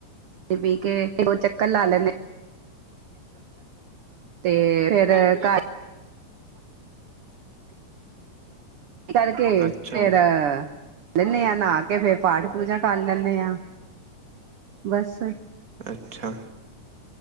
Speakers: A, on the right; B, on the right.
A: ਪੀ ਕੇ ਦੋ ਚੱਕਰ ਲਾ ਲੈਨੇ। ਤੇ ਫਿਰ ਘਰ ਕਰਕੇ
B: ਅੱਛਾ
A: ਫ਼ੇਰ
B: ਜੀ
A: ਲੈਂਦੇ ਹਾਂ ਨਹਾ ਕੇ ਫੇਰ ਪਾਠ ਪੂਜਾ ਕਰ ਲੈਂਦੇ ਆ ਬਸ
B: ਅੱਛਾ।